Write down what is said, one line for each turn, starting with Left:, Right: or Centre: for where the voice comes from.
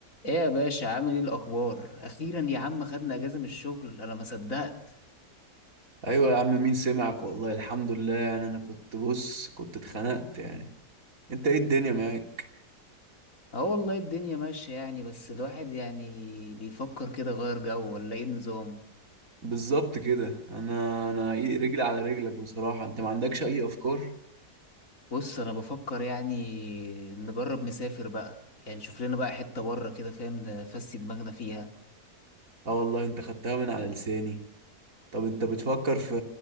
Left: ايه يا باشا عامل ايه الاخبار اخيرا يا عم خدنا اجازه من الشغل انا ما صدقت
Right: ايوه يا عم مين سمعك والله الحمد لله يعني انا كنت بص كنت اتخنقت يعني انت ايه الدنيا معاك
Left: اه والله الدنيا ماشيه يعني بس الواحد يعني بيفكر كده غير جو ولا ايه النظام
Right: بالظبط كده انا انا إيه رجلي على رجلك بصراحة انت ما عندكش اي افكار
Left: بص انا بفكر يعني نجرب نسافر بقى يعني نشوف لنا بقى حته بره كده فاهم نفسي دماغنا فيها
Right: اه والله انت خدتها من على لساني طب انت بتفكر في